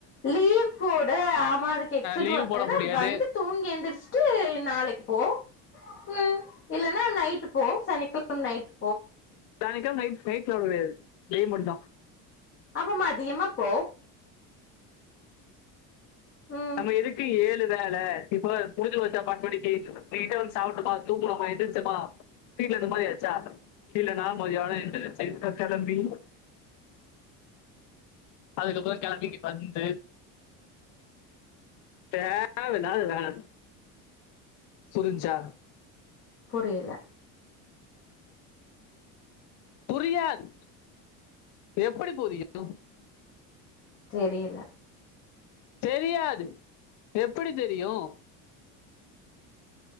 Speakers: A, on the left; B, on the left.
A: லீவ் போட ஆமா அதுக்கு எஸ்
B: லீவ்
A: பன்னா
B: போட முடியாது
A: வந்து தூங்கி எந்திரச்சுட்டு நாளைக்கு போ உம் இல்லனா நைட்டு் போ சனிக்கிழம நைட்டு
B: நாளைக்கு நைட் போயிட்டு நீ மட்டும்
A: அப்ப மதியமா போ ம்
B: நம்ம எதுக்கு ஏழு வேல இப்ப புரிஞ்சு வச்சா பா படிக்கு வந்து சாப்பிட்டுப்ப தூங்கினோமா எந்திரிச்சோமா கீழ இந்த மாதிரியாச்சா இல்லனா மதியான கிளம்பி அதுக்கப்புறம் கெளம்பி இங்க வந்து தேவ இல்லாத வேல புரிஞ்சுசா
A: புரியல
B: புரியாது எப்டி புரியும்
A: தெரில
B: தெரியாது எப்படி தெரியும்